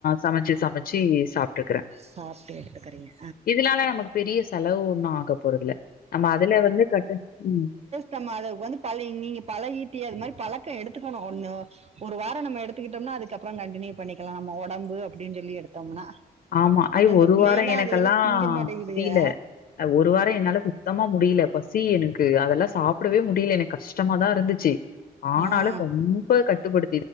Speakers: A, on the left; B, on the right.
A: சமைச்சு சமைச்சு சாப்ட்டுகிறே
B: சாப்ட்டு எடுத்துக்கிறீங்க
A: இதுனால நமக்கு பெரிய செலவு ஒண்ணு ஆக போறதுல நம்ம அதுல வந்து கட்டு ம்
B: கமா அதுக்கு வந்து பழ நீங்க பழகிட்டியே அது மாரி பழக்கம் எடுத்துக்கணு ஒண்ணு ஒரு வாரோ நம்ம எடுத்துக்கிட்டோம்னா அதுக்கப்றோ கண்டினியூ பண்ணிக்கலா நம்ம ஒடம்பு அப்டின்னு சொல்லி எடுத்தோம்னா
A: ஆமா
B: ஏன்னா
A: ஐ
B: இந்த
A: ஒரு
B: பிள்ளைகல்லா
A: வாரோ எனக்கெல்லா
B: அதுகல்லா திங்க மாட்டேங்குதுக
A: முடில ஒரு வாரோ என்னால சு த்தமா முடியல பசி எனக்கு அதெல்லா சாப்பிடவே முடியல எனக்கு கஷ்டமாதா இருந்துச்சு ஆனாலு
B: ஆ ஆ
A: ரொம்ப கட்டுப்படுத்